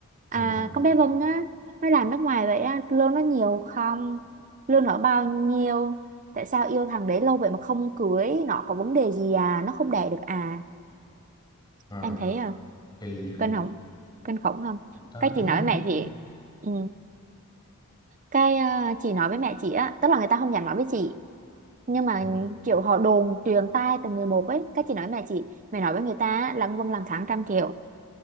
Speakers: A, on the left (about 20°); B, on the right (about 35°).
A: ờ
B: à con bé Vân á nó làm nước ngoài vậy á lương nó nhiều không lương nó bao nhiêu tại sao yêu thằng đấy lâu vậy mà không cưới nó có vấn đề gì à nó không đẻ được à
A: ờ
B: em thấy không
A: kỳ
B: kinh khủng kinh khủng không
A: vậy. tao
B: cái
A: thấy
B: chị nói
A: á,
B: với mẹ chị ừ. cái ờ, chị nói với mẹ chị á tức là người ta không dám nói với chị nhưng mà
A: ừ.
B: kiểu họ đồn truyền tai từng người một ấy cái chị nói với mẹ chị mẹ nói với người ta á, là ông Vân làm tháng trăm triệu